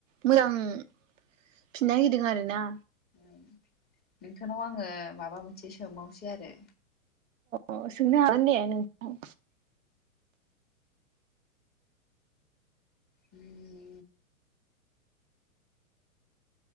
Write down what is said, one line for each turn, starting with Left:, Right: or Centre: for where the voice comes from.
Right: मोजां फिननाय होदों आरो ना
Left: ओं नोंथांनाव आङो माबा मोनसे सोंबावसै आरो
Right: अ सोंनो हागोन दे नोंथां
Left: उम